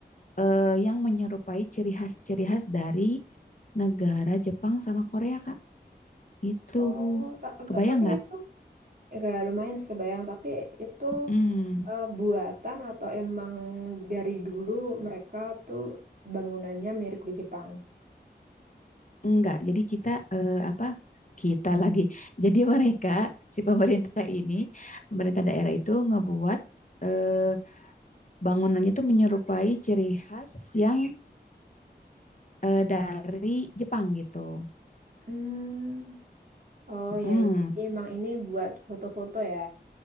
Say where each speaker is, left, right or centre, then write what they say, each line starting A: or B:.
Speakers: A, on the left; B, on the right.
A: eh, yang menyerupai ciri khas-ciri khas dari negara Jepang sama Korea, Kak. Itu
B: Oh, ta-
A: kebayang
B: ta- tapi
A: nggak?
B: itu Ya, Kayak lumayan sih kebayang, tapi itu
A: Hmm.
B: eh, buatan atau emang dari dulu mereka tuh bangunannya mirip di Jepang?
A: Enggak, jadi kita eh, apa? Kita lagi. <laughs> Jadi mereka si pemerintah ini, pemerintah daerah itu ngebuat eh, bangunannya tuh menyerupai ciri khas yang eh, dari Jepang gitu.
B: Hmm. Oh ya,
A: Mm,
B: jadi emang ini buat foto-foto ya.